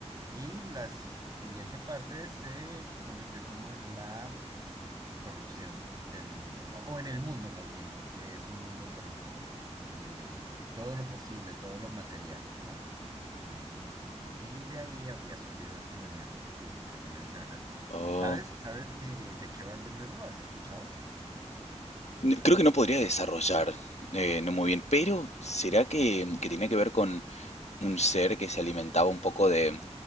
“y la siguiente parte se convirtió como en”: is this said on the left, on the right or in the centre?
Right